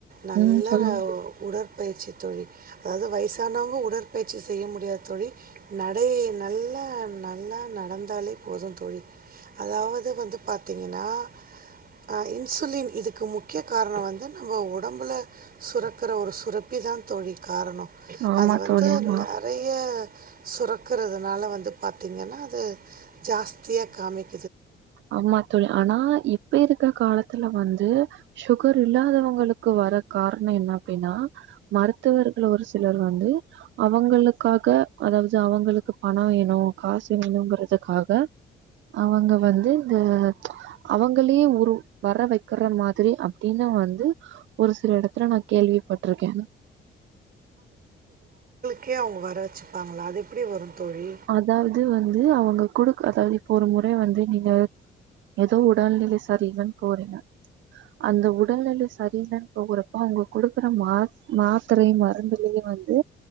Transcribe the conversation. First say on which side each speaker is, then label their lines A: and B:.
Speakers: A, on the right (about 50°); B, on the right (about 70°).
A: நல்ல
B: ம் சொல்லுங்க
A: உடற்பயிற்சி தோழி அது வயசான தினமு உடற்பயிற்சி செய்ய முடியாது தோழி நடை நல்லா நல்ல நடந்தாலே போது தோழி அதாவது வந்து பாத்தீங்கன்னா ஆ இன்சுலின் இதுக்கு முக்கிய காரணோ வந்து <unintelligible> உடம்புல சுரக்ற ஒரு சுரப்பி தா தோழி காரணம்
B: ஆமா
A: அது வந்து
B: தோழி ஆமா
A: நெறைய சுரக்றதுனால வந்து பாத்தீங்கன்னா அது ஜாஸ்தியா காமிக்
B: ஆமா தோழி ஆனா இப் இப்ப இருக்க காலத்துல வந்து சுகர் இல்லாதவங்களுக்கு வர காரணோ என்ன அப்டின்னா மருத்துவர்கள் ஒரு சிலர் வந்து அவங்களுக்காக அதாவது அவங்களுக்கு பணோ வேணு காசு வேணுங்றதுக்காக அவங்க வந்து இந்த அவங்களயே ஒரு வர வக்கிற மாதிரி அப்டின்னு வந்து ஒரு சில எடத்துல நா கேள்விப்பட்ருக்கே
A: கே அவுங்க வர வச் வாங்களா அது எப்டி வரு தோழி
B: அதாவது வந்து அவுங்க கொடு அதாவது இப்போ ஒரு முறை வந்து நீங்க ஏதோ உடல்நிலை சரியில்லன்னு போறீங்க அந்த உடல்நிலை சரியில்லன்னு போறப்ப அவுங்க குடுக்குற மா மாத்திரையு மருந்துலையு வந்து